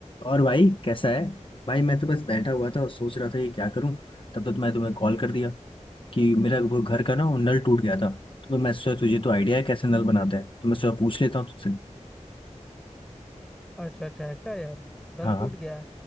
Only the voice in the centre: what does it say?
अच्छा अच्छा ऐसा है यार नल
टूट गया है